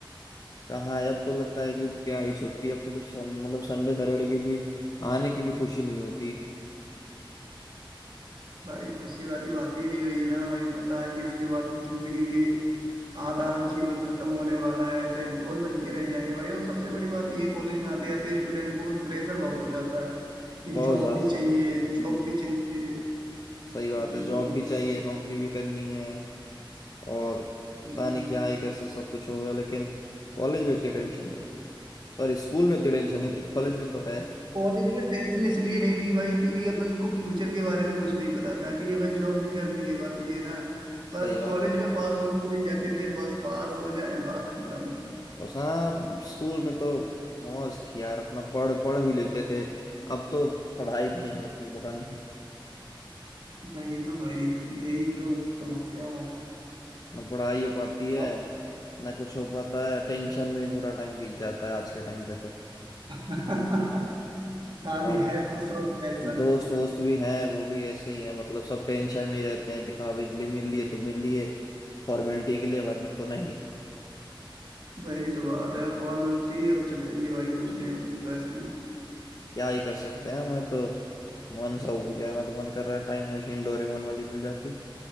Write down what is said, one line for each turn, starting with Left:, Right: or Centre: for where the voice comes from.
Left: कहाँ है अब तो लगता है कि क्या ही छुट्टी अब तो कुछ सन- मतलब संडे सैटरडे की भी आने की भी खुशी नहीं होती
Right: भाई खुशी वाली बात ही नहीं रही है ना भाई पता है कि इसके बाद जिंदगी की आधा जीवन खत्म होने वाला है ऐसे एम्प्लॉय बन के रह जाएंगे भाई और सबसे बड़ी बात ये कॉलेज में आते आते स्टूडेंट को प्रेशर बहुत हो जाता है कि जॉब
Left: बहुत ज्यादा
Right: भी चाहिए जॉब भी चाहिए
Left: सही बात
Right: भाई
Left: है जॉब
Right: तो
Left: भी चाहिए नौकरी भी करनी है और
Right: हम्म,
Left: पता नहीं क्या ही कैसे सब कुछ होगा लेकिन कॉलेज में इतनी टेंशन नहीं थी सॉरी स्कूल में इतनी टेंशन नहीं थी कॉलेज में तो है
Right: कॉलेज में टेंशन इसलिए नहीं थी भाई क्योंकि अपन को फ्यूचर के बारे में कुछ नहीं पता था कि हमें जॉब भी करनी है बात ये है ना बस
Left: सही बात
Right: कॉलेज
Left: है
Right: में पास होने के लिए जाते थे बस पास हो जाए बात खत्म
Left: और हाँ स्कूल में तो मौज थी यार अपना पढ़ पढ़ भी लेते थे अब तो पढ़ाई भी नहीं होती है पता नहीं क्यों
Right: वही तो भाई यही तो समस्या है
Left: ना पढ़ाई हो पाती है
Right: अब
Left: ना कुछ हो पाता है टेंशन में ही पूरा टाइम बीत जाता है आज के टाइम पे तो
Right: <laughs> खाली
Left: और
Right: है तो सिर्फ टेंशन
Left: दोस्त वोस्त भी हैं वो भी ऐसे ही हैं मतलब सब टेंशन में ही रहते हैं दिखावे के लिए मिल लिए तो मिल लिए फॉर्मेलिटी के लिए वरना तो नहीं
Right: वही तो बात है फॉर्मेलिटी अब चल रही है भाई कुछ नहीं हो सकता इसमें
Left: क्या ही कर सकते हैं मैं तो मन सा उब गया मैं तो मन कर रहा है टाइम मशीन डोरेमोन वाली मिल जाती